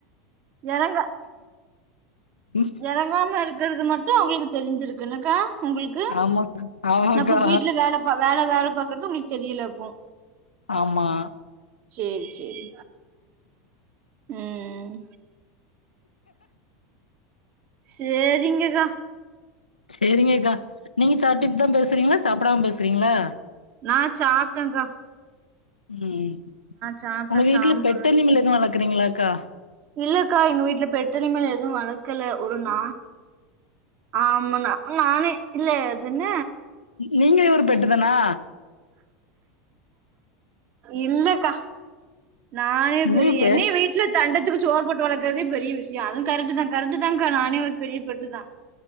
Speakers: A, on the right; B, on the left.
A: யாரா
B: உம்
A: எறங்காம இருக்கறது மட்டு அவுங்களுக்கு தெரிஞ்சிருக்கு என்னக்கா உங்களுக்கு
B: ஆமா ஆமாக்கா
A: நம்ம வீட்ல வேல வேல வேல பாக்கறது உங்களுக்கு தெரியல அப்போ
B: ஆமா
A: சேரி சேரி ம் சேரிங்கக்கா
B: சேரிங்கக்கா நீங்க சாப்டுட்டுதா பேசறீங்ளா சாப்டாம பேசறீங்ளா
A: நா சாப்ட்டங்க்கா
B: ம்
A: சாப்ட்டே
B: உங்க வீட்ல
A: சாம்பார்
B: பெட்டனிமல்
A: வச்சு
B: எது வளக்குறீங்ளாக்கா
A: இல்லக்கா எங்க வீட்ல பெட் அனிமல் எது வளக்கல ஒரு நா ஆமாண்ணா நானே இல்ல அது என்ன
B: நீங்களே ஒரு பெட்டுதானா
A: இல்லக்கா நானே பெரிய
B: நீ பே
A: என்னய வீட் இல்ல தண்டத்துக்கு சோறு போட்டு வளக்கறதே பெரிய விஷ்யோ அது கரெக்ட்டுதா கரெக்ட்டுதாங்கா நானே ஒரு பெரிய பெட்டுதா